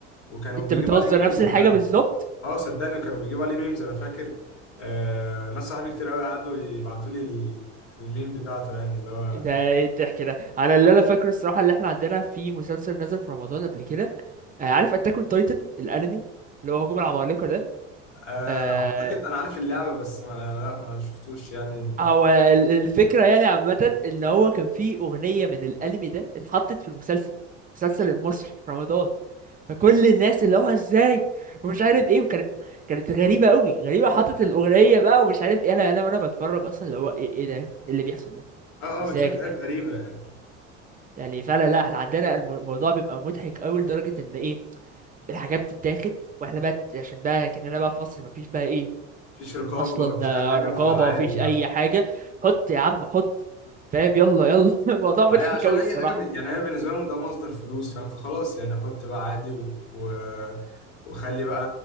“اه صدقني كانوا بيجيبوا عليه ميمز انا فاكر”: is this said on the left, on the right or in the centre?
Left